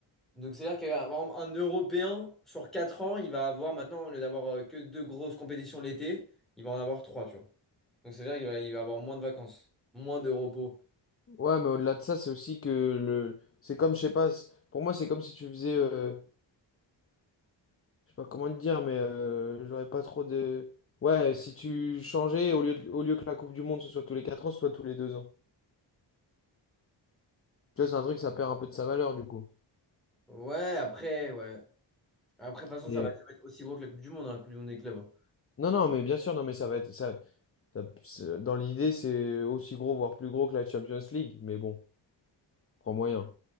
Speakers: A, in the centre; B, on the left.
A: Donc c'est-à-dire qu'un un Européen, sur 4 ans, il va avoir maintenant, au lieu d'avoir euh, que deux grosses compétitions l'été, il va en avoir trois, tu vois. Donc c'est-à-dire qu'il va, il va avoir moins de vacances, moins de repos.
B: Ouais, mais au-delà de ça, c'est aussi que le. C'est comme, je sais pas, c'est- pour moi, c'est comme si tu faisais. euh, Je sais pas comment te dire, mais euh, j'aurais pas trop de. Ouais, si tu changeais, au lieu de- au lieu que la Coupe du Monde ce soit tous les 4 ans, ce soit tous les 2 ans. Tu vois, c'est un truc, ça perd un peu de sa valeur du coup.
A: Ouais, après, ouais. Après, de toute façon,
B: Et...
A: ça va être aussi gros que la Coupe du Monde, hein, la Coupe du Monde des clubs. hein.
B: Non, non, mais bien sûr, non, mais ça va être. Ça, ça- c'est- dans l'idée, c'est aussi gros, voire plus gros que la Champions League. Mais bon, crois moyen.